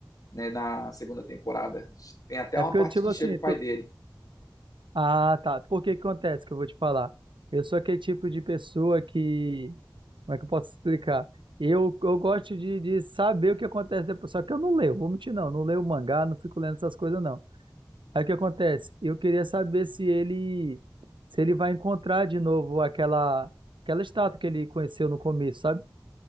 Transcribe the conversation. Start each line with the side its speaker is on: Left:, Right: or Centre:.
Left: né? Na segunda temporada. Tem até
Right: É
Left: uma
Right: porque
Left: parte
Right: eu, tipo
Left: que
Right: assim,
Left: chega o pai
Right: tu
Left: dele.
Right: Ah, tá. Por que que acontece que eu vou te falar? Eu sou aquele tipo de pessoa que. Como é que eu posso explicar? Eu, eu gosto de, de saber o que acontece depois. Só que eu não leio, vou mentir, não. Não leio mangá, não fico lendo essas coisas, não. Aí o que acontece? Eu queria saber se ele se ele vai encontrar de novo aquela, aquela estátua que ele conheceu no começo, sabe?